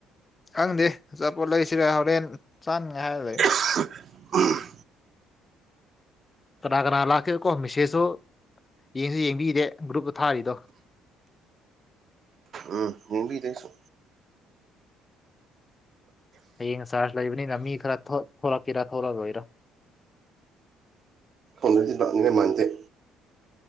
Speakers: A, on the left; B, on the right.
A: ꯈꯪꯗꯦ ꯑꯆꯥꯄꯣꯠ ꯂꯩꯁꯤꯔꯦ ꯍꯣꯔꯦꯟ ꯆꯥꯅꯤꯉꯥꯏ ꯍꯥꯏ ꯂꯩ꯫
B: inaudible ꯎꯝ
A: ꯀꯅꯥ ꯀꯅꯥ ꯂꯥꯛꯀꯦ ꯀꯣ ꯃꯦꯁꯦꯖꯁꯨ ꯌꯦꯡꯁꯨ ꯌꯦꯡꯕꯤꯗꯦ ꯒ꯭ꯔꯨꯞꯇ ꯊꯥꯔꯤꯗꯣ
B: ꯎꯝ ꯌꯦꯡꯕꯤꯗꯦ ꯑꯩꯁꯨ
A: ꯍꯌꯦꯡ ꯆꯥꯔꯖ ꯂꯩꯕꯅꯤꯅ ꯃꯤ ꯈꯔ ꯊꯣꯛ-ꯊꯣꯛꯂꯛꯀꯦꯔ ꯊꯣꯛꯂꯛꯑꯣꯏꯔ
B: unintelligible ꯃꯥꯟꯗꯦ